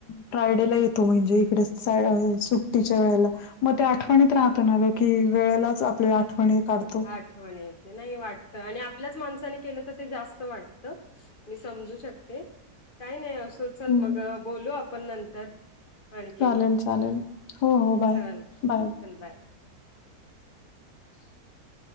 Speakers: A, on the left (about 80°); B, on the left (about 30°).
A: फ्रायडे ला येत तो म्हणजे इकडे सुट्टीच्या वेळेला मग ते आठवणीत राहतो ना ग कि वेळेलाच आपल्या आठवणी काढतो
B: आठव नाही वाटत आणि आपल्याच माणसाने केलं तर ते जास्त वाटत मी समजू शकते काही नाही असं चल
A: हं,
B: मग बोलू आपण नंतर आणखीन
A: चालेल, चालेल. हो, हो. बाय.
B: चल
A: बाय.
B: चल बाय
A: <inaudible>